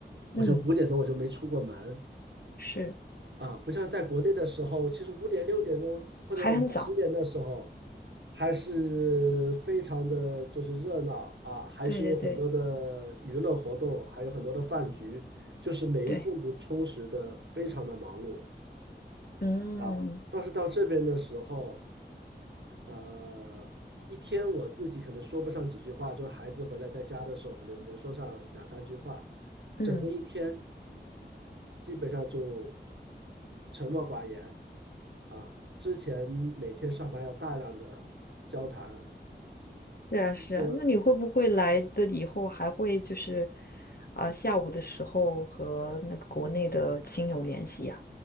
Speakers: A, on the right; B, on the left.
A: 我就五点钟我就没出过门。
B: 嗯是，
A: 啊，不像在国内的时候，其实五点、六点钟或者晚上十点的时候，
B: 还很早。
A: 还是非常的就是热闹啊，还是有很多的娱乐活动，
B: 对对对
A: 还有很多的饭局，就是每一天都充实的非常的忙碌
B: 对，嗯
A: 啊。但是到这边的时候，呃，一天我自己可能说不上几句话，就孩子回来在家的时候，可能能说上两三句话，
B: 嗯，
A: 整个一天基本上就沉默寡言。啊，之前每天上班要大量的交谈，
B: 是啊是啊。
A: 就
B: 那你会不会来的以后还会就是，啊、下午的时候和那个国内的亲友联系呀、